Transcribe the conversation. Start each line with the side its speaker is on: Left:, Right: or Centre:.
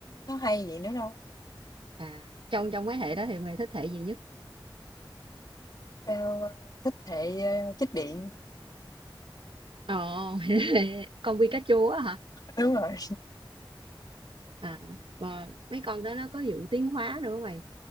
Left: nó hay vậy nữa đâu.
Right: à trong trong mấy hệ đó thì mày thích hệ gì nhất
Left: Tao, ơ, thích hệ, ơ, chích điện.
Right: ồ <laughs> mày thích hệ <laughs> con Pikachu á hả
Left: Đúng rồi.
Right: à mà mấy con đó nó có vụ tiến hóa nữa mày